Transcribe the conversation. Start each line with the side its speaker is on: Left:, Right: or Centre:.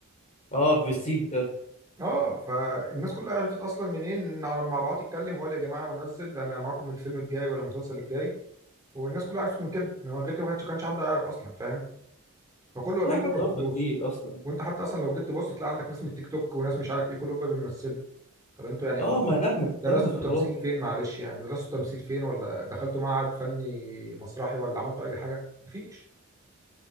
Left: اه بالسيت ده
Right: اه فالناس كلها عرفت اصلا منين إن على لما بعت اتكلم وقال يا جماعه ونزل انا معاكم في الفيلم الجاي ولا المسلسل الجاي والناس كلها عرفت من كده انما غير كده ما كانش كانش حد يعرف اصلا فاهم فكله بقى
Left: في
Right: بيجري
Left: حاجات
Right: ورا
Left: هابطه
Right: الفلوس
Left: كتير اصلا
Right: وانت حتى اصلا لو جيت تبص هتلاقي عندك ناس من التيك توك وناس مش عارف ايه كلهم بقى بيمثلوا طب انتوا يعني
Left: اه
Right: انتوا
Left: ما لمت
Right: درستوا
Left: لمت
Right: تمثيل
Left: خلاص بقى
Right: فين معلش يعني درستوا تمثيل فين ولا دخلتوا معهد فني مسرحي ولا عملتوا اي حاجه مفيش